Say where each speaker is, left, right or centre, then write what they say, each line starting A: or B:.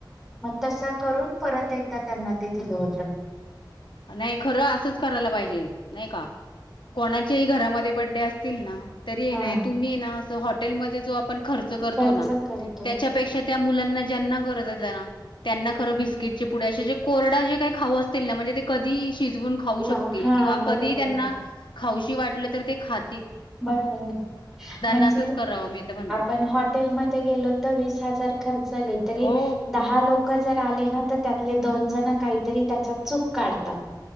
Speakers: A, in the centre; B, on the left (about 75°).
A: तस करून परत एकदा त्यांना ते दिलं होत.
B: नाही खरं असंच करायला पाहिजे नाही का? कोणाच्याही घरामध्ये बडडे असतील ना तरी ये
A: हा
B: ना तुम्ही ये ना अस हॉटेलमध्ये जो आपण, खर्च करतो
A: खर्च
B: ना
A: करतो
B: त्याच्या पेक्षा त्या मूल त्यांना गरजेचे आहे ना त्यांना खरं बिस्किटाचे पुडे अशे कोरडे जे खाऊ असतील ना मनजे ते कधी शिजवून खाऊ शकतील
A: वा वा, हा
B: कि
A: बरोबर
B: कधी त्यांना
A: आहे
B: खाऊशी वाटलं तर ते खा
A: बरोबर आहे म्हणजे,
B: असंच करावं मी तर म्हणते
A: आपण हॉटेलमध्ये गेलो तर वीस हजार खर्चले तरी
B: हो
A: दहा लोक लोक जर आले ना तर त्यातले दोन जण काहीतरी त्या चूक काढतात.